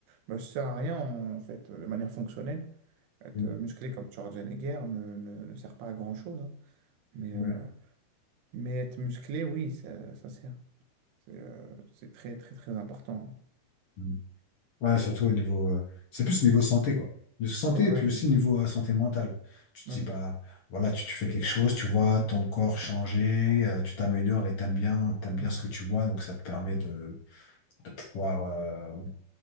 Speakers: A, on the right (about 80°); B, on the left (about 70°).
A: ne sert à rien en fait, de manière fonctionnelle. Être
B: Mm.
A: musclé comme Schwarzenegger ne, ne, ne sert pas à grand-chose. hein. Mais,
B: Ouais,
A: euh, mais être musclé, oui, ça, ça sert. C'est euh, c'est très, très, très important.
B: mm. Ouais, surtout au niveau. euh, c'est plus niveau santé, quoi. De santé
A: Ouais,
B: et puis aussi
A: c'est ça.
B: niveau euh, santé mentale. Tu te
A: Oui,
B: dis, bah, voilà, tu, tu fais quelque chose, tu vois ton corps changer, euh, tu t'améliores et t'aimes bien, t'aimes
A: Ouais,
B: bien ce que tu vois, donc ça te permet de, de pouvoir euh,